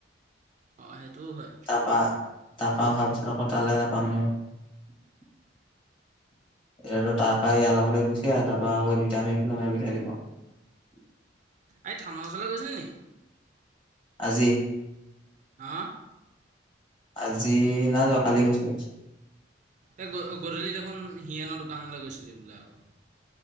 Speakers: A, on the right; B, on the left.
A: অ সেইটোও হয়
B: তাৰপা তাৰপা অহাৰ পিছত আকৌ তালৈ নাপাম ন এ তাৰ পৰা ইয়াৰ লগতে গুচি আহ ত বা দুটামি একফ মাৰ পঠাই দিম <unintelligible>
A: এই থানৰ ওচৰলৈ গৈছিলি নি
B: আজি
A: হ
B: আজি না যোৱা কালি গৈছিলো
A: এই গধূলিত দেখোন হিয়েনৰ দোকানলৈ গৈছিলি বোলে আকৌ